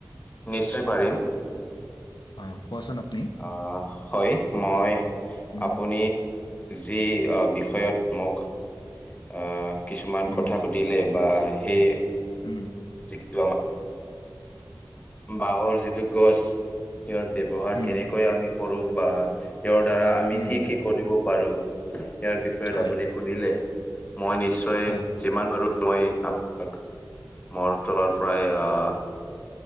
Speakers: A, on the left; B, on the left.
A: নিশ্চয় পাৰিম।
B: অঁ, কোৱাচোন আপুনি
A: অঁ, হয় মই
B: উম,
A: আপুনি যি বিষয়ত মোক আহ কিছুমান
B: উম,
A: কথা শু ধিলে বা সেই
B: উম।
A: <unintelligible> বাহৰ যিটো গছ ইয়াৰ ব্যৱহাৰ
B: উম,
A: কেনেকৈ আমি কৰো বা তেওঁৰ দ্বাৰা আমি
B: উম।
A: কি কি কৰিব পাৰো, ইয়াৰ বিষয়ত
B: হয়,
A: আপুনি সুধিলে মই নিশ্চ
B: হয়।
A: যিমান পাৰো মই আপোনাক মোৰ তলৰ পৰাই অঁহ